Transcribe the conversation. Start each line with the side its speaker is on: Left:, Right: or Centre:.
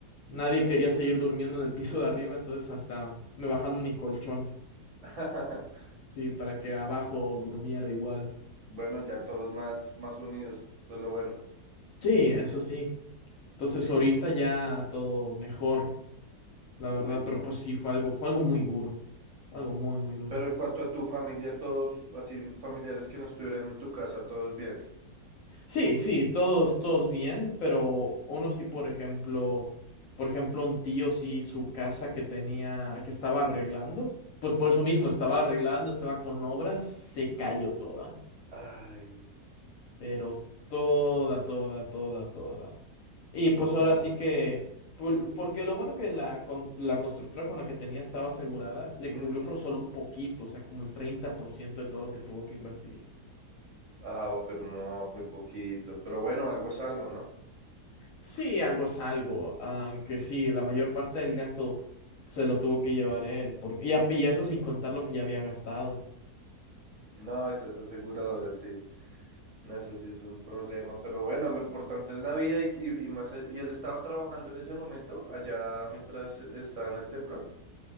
Left: nadie quería seguir durmiendo en el piso de arriba, entonces hasta me bajaron mi colchón,
Right: <laughs>
Left: sí, para que abajo durmiera igual.
Right: Bueno, ya todos más, más unidos, solo bueno,
Left: Sí, eso sí. Entonces
Right: sí,
Left: ahorita ya todo mejor. la
Right: uy,
Left: verdad,
Right: no.
Left: pero pues sí, fue algo, fue algo muy duro, fue algo muy, muy duro.
Right: Pero en cuanto a tu familia, todos, así, familiares que no estuvieran en tu casa, todos bien.
Left: Sí, sí, todos, todos bien, pero uno sí, por ejemplo, por ejemplo, un tío sí, su casa que tenía, que estaba arreglando, pues por eso mismo, estaba arreglando, estaba con obras, se cayó toda,
Right: Ay,
Left: pero toda, toda, toda, toda. Y pues
Right: uy,
Left: ahora sí
Right: no.
Left: que, por- porque lo bueno que la, con- la constructora con la que tenía estaba asegurada, le
Right: Mm,
Left: cubrió por solo un poquito, o sea, como el 30% de todo lo que tuvo que invertir.
Right: Ah, pero mo- no, muy poquito. Pero bueno, algo es algo, ¿no?
Left: Sí, algo es algo, aunque sí, la mayor parte del gasto se lo tuvo que llevar él, porque, y, a- y eso sin contar lo que ya había gastado.
Right: No, esas aseguradoras, sí. No, Eso sí es un problema. Pero bueno, lo importante es la vida y, y, y más. all- Y él estaba trabajando en ese momento, allá mientras estaba en el temblor.